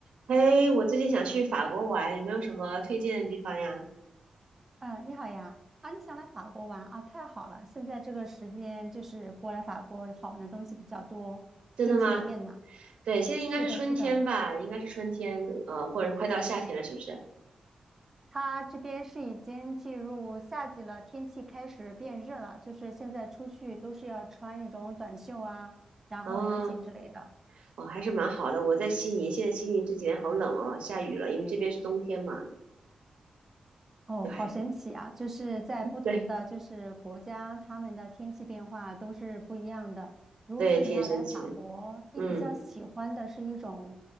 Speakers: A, on the right; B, on the right.
A: 哎，我最近想去法国玩，有没有什么推荐的地方呀？
B: 嗯，你好呀！啊，你想来法国玩啊？太好了，现在这个时间就是过来法国好玩的东西比较多，
A: 真的吗？
B: 天气也变暖。
A: 对，现在应该是春天吧，
B: 是的，是的，
A: 应该是春天，呃，或者快到夏天了，是不是？
B: 它这边是已经进入夏季了，天气开始变热了，就是现在出去都是要穿那种短袖啊，然后凉鞋之类的。
A: 哦，哦，还是蛮好的。我在悉尼，现在悉尼这几天好冷哦，下雨了，因为这边是冬天嘛，
B: 哦，
A: 就还
B: 好神奇啊！就是在不同的就是国家，
A: 对
B: 他们的天气变化都是不一样的。如果说你要来法国，
A: 对，挺神奇的。
B: 你比较喜欢的是一种
A: 嗯